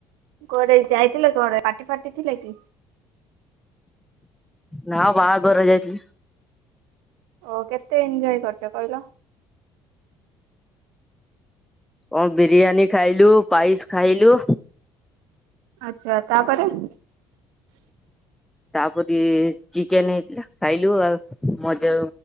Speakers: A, on the right; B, in the centre.
A: କୁଆଡେ ଯାଇଥିଲେ କୁଆଡେ ପାର୍ଟି ଫାର୍ଟି ଥିଲା କି?
B: ନାଁ ବାହାଘର ଯାଇଥିଲି।
A: ଓ କେତେ ଏଞ୍ଜୟ କରିଛ କହିଲ?
B: ଓ ବିରିୟାନୀ ଖାଇଲୁ, ପାଇସ୍ ଖାଇଲୁ।
A: ଆଛା ତାପରେ? <inaudible>
B: ତାପରି ଚିକେନ ହେଇଥିଲା ଖାଇଲୁ ଆଉ ମଜା